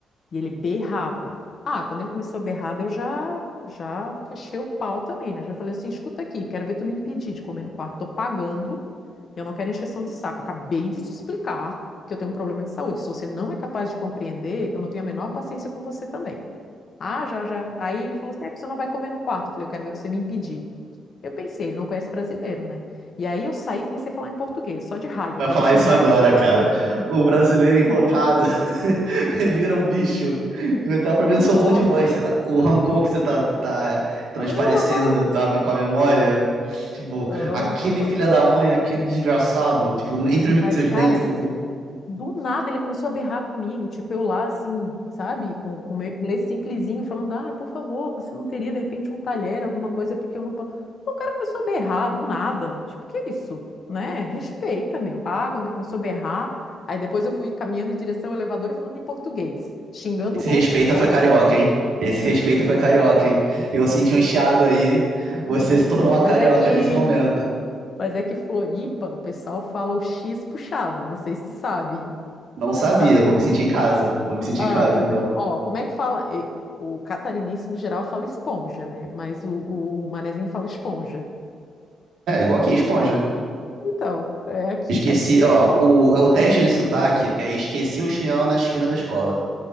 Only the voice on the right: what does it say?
Vai
falar
isso
agora,
cara.
O brasileiro invocado <laughs> vira um bicho. Dá pra
ver o seu tom de voz. Você tá, o rancor que você tá, tá transparecendo
tá, com a memória. Tipo,
aquele filho da mãe, aquele desgraçado. Tipo, entre os
seus
dentes, assim.
Esse
respeita
foi carioca, hein? Esse respeita foi carioca, hein? Eu senti um chiado aí. Você se tornou uma carioca
nesse momento.
Não sabia.
Vou
me sentir em casa. Vou me sentir
em casa,
então.
É, igual aqui, esponja.
Esqueci,
ó,
o, é o teste
de sotaque
é esqueci o chinelo na esquina da escola.